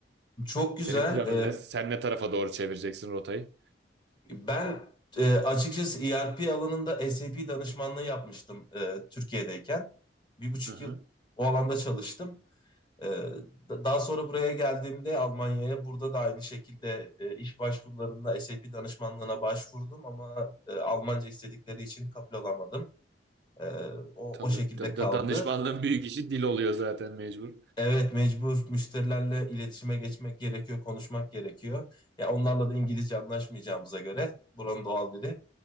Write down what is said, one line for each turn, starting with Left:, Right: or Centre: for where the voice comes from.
Left: Çok
Right: Senin
Left: güzel.
Right: planın
Left: Ee,
Right: ne? Sen ne tarafa doğru çevireceksin rotayı?
Left: ben e, açıkçası ERP alanında SAP danışmanlığı yapmıştım e, Türkiye'deyken. Bir buçuk
Right: Hı hı.
Left: yıl o alanda çalıştım. Ee, da- daha sonra buraya geldiğimde Almanya'ya burada da aynı şekilde e, iş başvurularında SAP danışmanlığına başvurdum ama e, Almanca istedikleri için kabul olamadım. Ee, o,
Right: Tabii
Left: o şekilde
Right: da-
Left: kaldı.
Right: da- danışmanlığın büyük işi dil oluyor zaten mecbur.
Left: Evet mecbur müşterilerle iletişime geçmek gerekiyor, konuşmak gerekiyor. Ya onlarla da İngilizce anlaşmayacağımıza göre buranın doğal dili